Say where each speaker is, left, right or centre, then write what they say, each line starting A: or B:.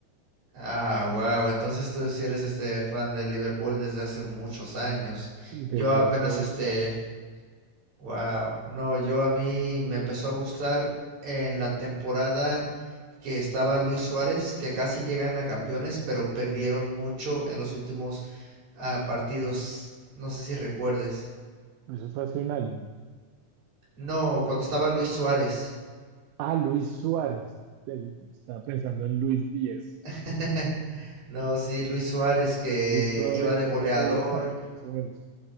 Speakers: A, on the right; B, on the right.
A: ah, wow. Entonces tú sí eres este fan del Liverpool desde hace muchos años.
B: Desde
A: Yo apenas
B: hace veinte
A: este
B: años.
A: Wow, no, yo a mí me empezó a gustar en la temporada que estaba Luis Suárez, que casi llegan a campeones, pero perdieron mucho en los últimos ah, partidos. No sé si recuerdes.
B: Eso fue hace un año.
A: No, cuando estaba Luis Suárez.
B: Ah, Luis Suárez. Eh, Estaba pensando en Luis Díaz.
A: <laughs> No, sí, Luis Suárez que
B: Luis Suárez
A: iba de goleador
B: fue hace 10 años, más o menos.